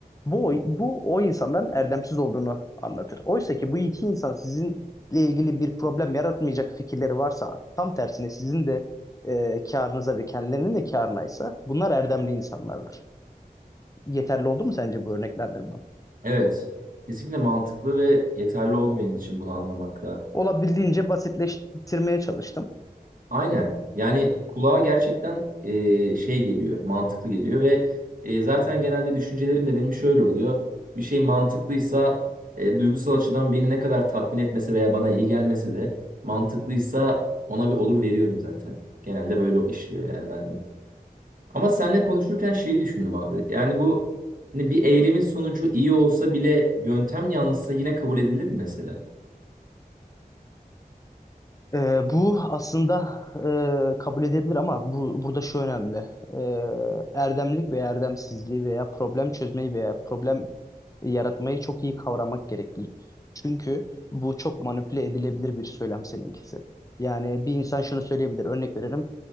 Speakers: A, on the left; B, on the right.
A: bu, bu o insandan erdemsiz olduğunu anlatır. Oysa ki bu iki insan sizinle ilgili bir problem yaratmayacak fikirleri varsa tam tersine sizin de e, karınıza ve kendilerinin de karınaysa bunlar erdemli insanlardır. Yeterli oldu mu sence bu örneklendirmem?
B: Evet. Kesinlikle mantıklı ve yeterli oldu benim için bunu anlamakla.
A: Olabildiğince basitleştirmeye çalıştım.
B: Aynen. Yani kulağa gerçekten e, şey geliyor, mantıklı geliyor ve e, zaten genelde düşüncelerim de benim şöyle oluyor. Bir şey mantıklıysa e, duygusal açıdan beni ne kadar tatmin etmese veya bana iyi gelmese de mantıklıysa ona bir olur veriyorum zaten. Genelde böyle işliyor yani bende. Ama seninle konuşurken şeyi düşündüm abi. Yani bu hani bir eylemin sonucu iyi olsa bile yöntem yanlışsa yine kabul edilir mi mesela?
A: Ee, bu aslında e, kabul edebilir ama bu burada şu önemli. Ee, erdemlik ve erdemsizliği veya problem çözmeyi veya problem yaratmayı çok iyi kavramak gerekli. Çünkü bu çok manipüle edilebilir bir söylem seninkisi. Yani bir insan şunu söyleyebilir. Örnek veririm.